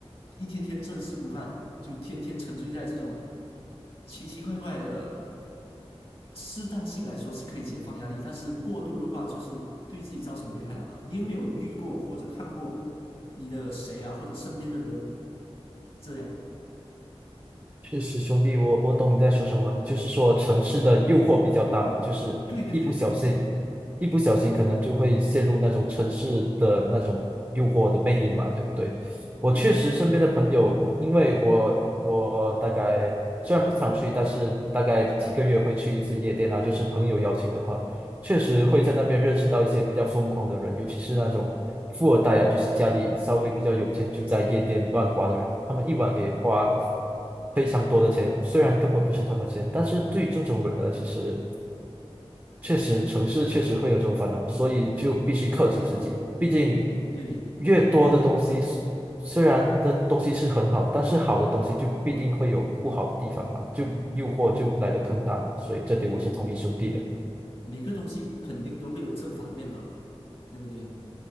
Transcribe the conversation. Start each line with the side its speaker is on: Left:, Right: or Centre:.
Left: 一天天正事不干，就天天沉醉在这种奇奇怪怪的。适当性来说是可以解放压力，但是过度的话就是对自己造成危害了嘛。你有没有遇过或者看过你的谁啊，或者身边的人这样？
Right: 确实，兄弟，我我懂你在说什么。你就是说城市的诱惑比较大嘛，就是一不小心，
Left: 对对对，
Right: 一不小心可能就会陷入那种城市的那种诱惑的魅力嘛，对不对？我确实身边的朋友，
Left: 嗯
Right: 因为我我大概虽然不常去，但是大概几个月会去一次夜店啊，就是朋友邀请的话。确实会在那边认识到一些比较疯狂的人，
Left: 嗯，
Right: 尤其是那种富二代啊，就是家里稍微比较有钱，就在夜店乱花的人，他们一晚可以花非常多的钱，虽然根本不是他们钱，但是对于这种人呢，其实确实城市确实会有这种烦恼，所以就必须克制自己。毕竟
Left: 对
Right: 越多的东西是，虽然的东西是很好，但是好的东西就必定会有不好的地方嘛，就诱惑就来的更大嘛，所以这点我是同意兄弟的。
Left: 对，每个东西肯定都会有正反面嘛，对不对？